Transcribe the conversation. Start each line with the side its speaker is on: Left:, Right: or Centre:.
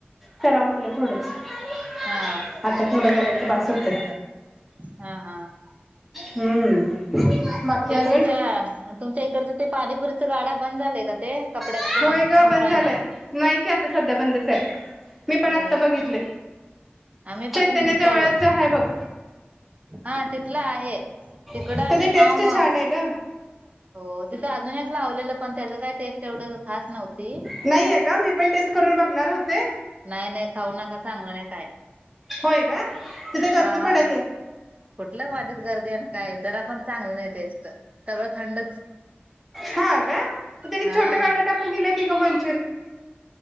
Centre: कराव म्हणलं थोडंच
Right: हा
Centre: आता थोडं करायच ते बास होतय.
Right: हा हा.
Centre: हम्म बाकी
Right: ते
Centre: अजून
Right: तुमच्या इकडचं ते पाणीपुरीच गाडा बंद झालाय का ते कपड्याच्या
Centre: होय
Right: दुकान
Centre: ग
Right: समोर
Centre: बंद
Right: आहे
Centre: झालंय
Right: बघ,
Centre: नाहीच आहे आता सध्या बंदच आहे मी पण
Right: हो
Centre: आत्ता बघितले
Right: आम्ही
Centre: चैतन्य
Right: पण
Centre: जवळच
Right: पर
Centre: आहे बघ
Right: हा तिथलं आहे तिकडं
Centre: त्याची
Right: आम्ही
Centre: टेस्ट
Right: खाऊ मग
Centre: छान आहे ग
Right: हो तिथे अजून एक लावलेलं पण त्याच काही टेस्ट एवढ खास नव्हती
Centre: नाहीये का मी पण टेस्ट करून बघणार होते
Right: नाही नाही खाऊ नका चांगलं नाही काय.
Centre: होय का तिथे गर्दी
Right: हा
Centre: पडली
Right: कुठलं माझीत गर्दी आणि काय जरा पण चांगलं नाही टेस्ट सगळं थंडच
Centre: हा कानी
Right: हा
Centre: छोट गाड्या टाकून क का म्हण